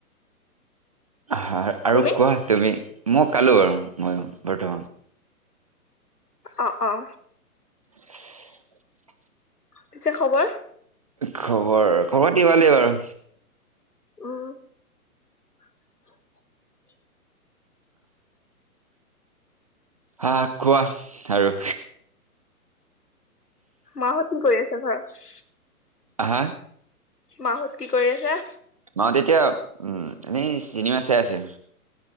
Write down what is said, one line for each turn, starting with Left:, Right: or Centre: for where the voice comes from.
Right: হ আৰু
Left: তুমি
Right: কোৱা তুমি মই কালো বাৰু মইও বৰ্তমান
Left: অ', অ'।
Right: <unintelligible>
Left: পিছে খবৰ?
Right: খবৰ খবৰতি ভালেই বাৰু
Left: উম। <unintelligible>
Right: হা কোৱা আৰু
Left: মাহত কি কৰি আছে ঘৰত?
Right: আহা।
Left: মাহত কি কৰি আছে?
Right: মাহত এতিয়া উম এনে চিনেমা চাই আছে।